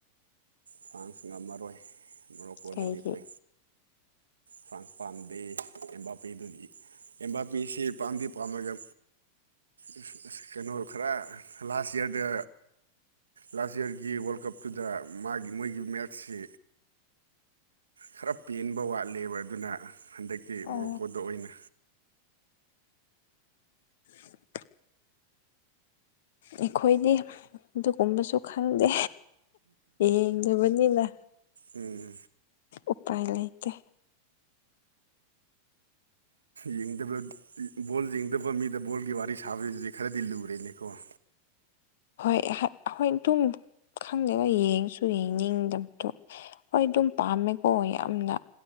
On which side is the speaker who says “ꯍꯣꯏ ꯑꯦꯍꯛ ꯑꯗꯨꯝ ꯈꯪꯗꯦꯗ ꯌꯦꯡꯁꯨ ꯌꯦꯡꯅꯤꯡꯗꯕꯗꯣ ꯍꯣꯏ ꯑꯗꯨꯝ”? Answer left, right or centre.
Left